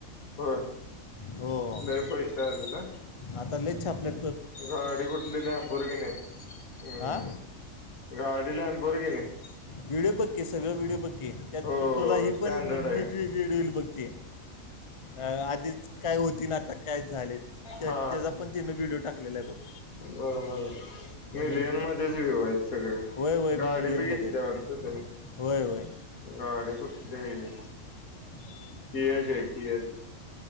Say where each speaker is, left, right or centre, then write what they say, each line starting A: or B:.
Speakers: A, on the left (about 85°); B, on the left (about 25°).
A: होय
B: हो
A: लय पैसे आले का
B: आता लई छा आपल्या
A: गाडी कुठली लेम्बोर्गिनी नाही हम्
B: हा
A: गाडी लॅंबोरगिनी हाय
B: व्हिडिओ बक्के सगळं व्हिडिओ बक्के त्यात
A: हो
B: तोला हे
A: स्टँडर्ड
B: पण व्हिडिओ
A: आहे
B: बघ ती. अ आधीच काय होती ना आता काय झाले त्या
A: हा
B: त्याचा पण तिनं व्हिडिओ टाकलेला आहे बघ.
A: बरं बरं मिलियन
B: हम्म.
A: मध्येच व्ह्यू आहेत सगळे
B: होय होय मिलियनमध्ये
A: गाडी बी घेतली
B: आहेत.
A: वाटत त्यान
B: होय होय
A: गाडी कुठलेय?
B: <unintelligible>
A: किया हाय किया